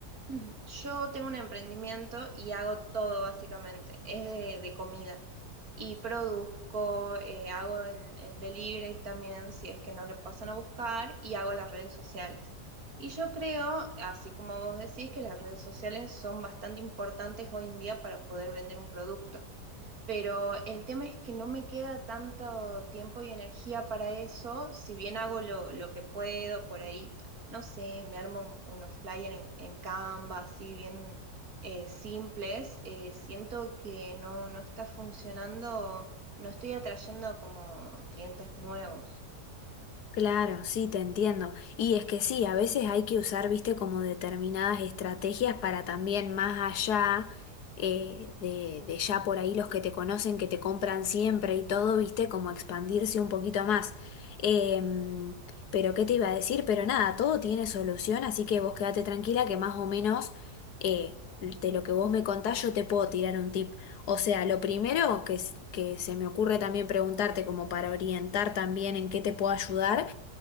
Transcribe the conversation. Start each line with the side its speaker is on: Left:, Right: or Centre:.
Right: <clears throat> yo tengo un emprendimiento y hago todo básicamente. Es de, de comida. Y produzco, eh, hago el, el delivery también si es que no lo pasan a buscar y hago las redes sociales. Y yo creo, así como vos decís, que las redes sociales son bastante importantes hoy en día para poder vender un producto. Pero el tema es que no me queda tanto tiempo y energía para eso, si bien hago lo, lo que puedo por ahí, no sé, me armo un- unos flyers en, en Canva, así bien eh, simples, eh, siento que no, no está funcionando, no estoy atrayendo como clientes nuevos.
Left: Claro, sí, te entiendo. Y es que sí, a veces hay que usar, viste, como determinadas estrategias para también más allá eh, de, de ya por ahí los que te conocen, que te compran siempre y todo, viste, como expandirse un poquito más. Em, pero ¿qué te iba a decir? Pero nada, todo tiene solución, así que vos quédate tranquila que más o menos eh, de lo que vos me contás yo te puedo tirar un tip. O sea, lo primero que, s- que se me ocurre también preguntarte como para orientar también en qué te puedo ayudar